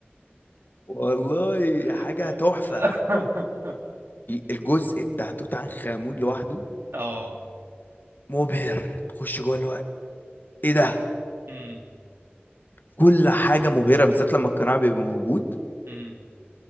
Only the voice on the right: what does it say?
<laughs>
اه
امم
امم